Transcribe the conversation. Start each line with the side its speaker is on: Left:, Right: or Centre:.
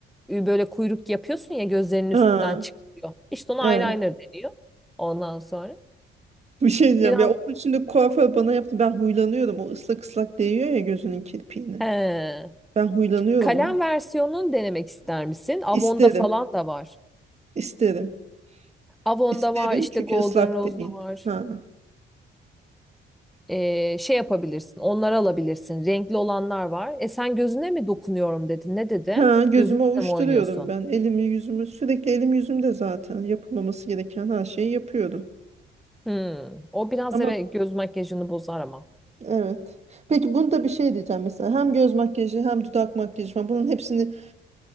Centre: e, böyle kuyruk yapıyorsun ya gözlerinin üstünden
Right: Ha,
Centre: çıkıyor. İşte ona
Right: evet.
Centre: eyeliner deniyor. Ondan sonra
Right: Bir şey diyeceğim.
Centre: biraz
Right: Ya onun şimdi kuaför bana yaptı. Ben huylanıyorum. O ıslak ıslak değiyor ya gözünün kirpiğine.
Centre: he,
Right: Ben huylanıyorum
Centre: kalem
Right: onu.
Centre: versiyonunu denemek ister misin? Avon'da
Right: İsterim.
Centre: falan da var.
Right: İsterim.
Centre: Avon'da
Right: İsterim
Centre: var işte
Right: çünkü
Centre: Golden
Right: ıslak
Centre: Rose'da
Right: değil.
Centre: var.
Right: Ha.
Centre: E, şey yapabilirsin onları alabilirsin. Renkli olanlar var. E sen gözüne mi dokunuyorum dedin ne dedin?
Right: Ha, gözüme
Centre: Gözünle
Right: ovuşturuyorum
Centre: mi oynuyorsun?
Right: ben. Elimi yüzümü sürekli elim yüzümde zaten yapılmaması gereken her şeyi yapıyorum.
Centre: Hmm. O biraz
Right: Ama
Centre: evet göz makyajını bozar ama.
Right: evet. Peki bunda bir şey diyeceğim mesela. Hem göz makyajı hem dudak makyajı falan bunun hepsini